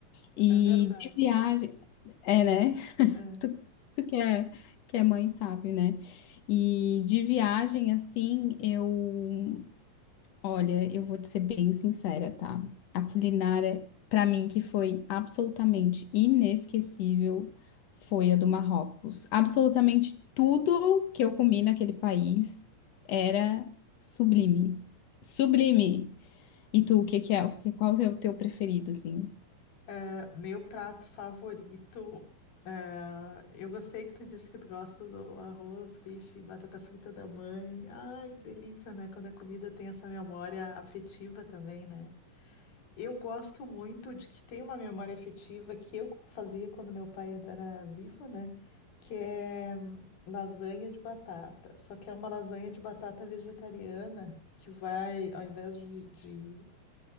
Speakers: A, on the left; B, on the left.
A: E
B: É verdade.
A: de viagem. É, né? <laughs>
B: É.
A: Tu, tu que é, que é mãe, sabe, né? E de viagem, assim, eu. Olha, eu vou te ser bem sincera, tá? A culinária, pra mim, que foi absolutamente inesquecível, foi a do Marrocos. Absolutamente tudo que eu comi naquele país era sublime. Sublime! E tu, o que que é? o que- Qual é o teu preferido, assim?
B: É, Meu prato favorito. é, Eu gostei que tu disse que tu gosta do arroz, bife, batata frita da mãe. Ai, que delícia, né? Quando a comida tem essa memória afetiva também, né? Eu gosto muito de que tem uma memória afetiva que eu fazia quando meu pai ainda era vivo, né? Que é hum, lasanha de batata. Só que é uma lasanha de batata vegetariana que vai, ao invés de, de,